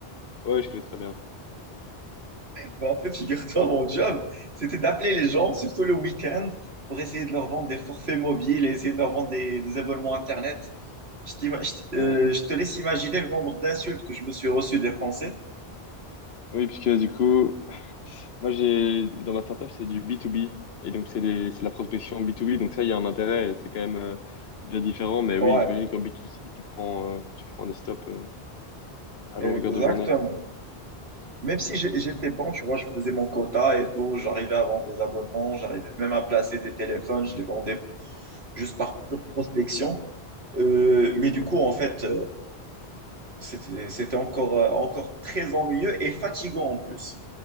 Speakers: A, on the left; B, on the right.
A: Ouais, je connais très bien.
B: Bah, en fait, figure-toi, mon job, c'était d'appeler les gens, surtout le week-end, pour essayer de leur vendre des forfaits mobiles et essayer de leur vendre des, des abonnements Internet. Je, t'ima- je t-
A: Ouais.
B: euh, je te laisse imaginer le nombre d'insultes que je me suis reçu des Français.
A: Oui, puisque du coup. Moi, j'ai dans ma startup, c'est du b to b Et donc, c'est des- c'est de la prospection b to b Donc, ça, il y a un intérêt et c'est quand même euh, déjà différent. Mais
B: Ouais,
A: oui, j'imagine qu'en b to c tu prends, euh, tu prends des stops euh, à longueur
B: exactement.
A: de journée.
B: Même si j'ai- j'étais bon, tu vois, je faisais mon quota et tout, j'arrivais à vendre des abonnements, j'arrivais même à placer des téléphones, je les vendais juste par pure prospection. Euh, mais
A: Ouais.
B: du coup, en fait, C'était c'était encore, euh, encore très ennuyeux et fatigant en plus.